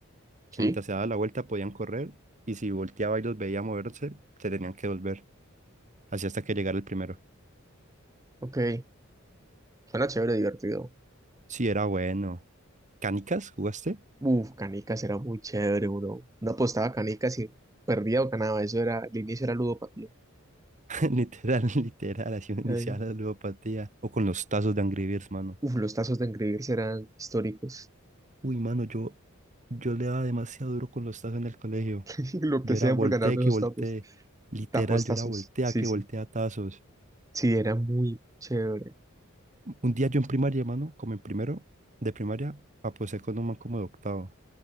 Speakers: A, on the right; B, on the right.
A: sí,
B: que mientras se daba la vuelta podían correr y si volteaba y los veía moverse, se tenían que volver, así hasta que llegara el primero.
A: ok. Suena chévere, divertido.
B: Sí, era bueno. ¿Canicas jugaste?
A: Uf, canicas era muy chévere, uno. No apostaba canicas y perdía o ganaba. Eso era, el inicio era ludopatía.
B: <laughs> Literal, literal, así una inicial
A: Ay,
B: a la ludopatía. O con los tazos de Angry Birds, mano.
A: Uf, los tazos de engreírse eran históricos.
B: Uy, mano, yo, yo le daba demasiado duro con los tazos en el colegio.
A: <laughs> Lo
B: Yo
A: que sea
B: era volteé
A: por ganarme
B: que
A: esos
B: volteé.
A: tapos,
B: Literal,
A: tapos
B: yo
A: tazos.
B: era voltea
A: Sí,
B: que
A: sí.
B: voltea tazos.
A: Sí, era muy chévere.
B: Un día yo en primaria, mano, como en primero de primaria, aposé con un man como de octavo.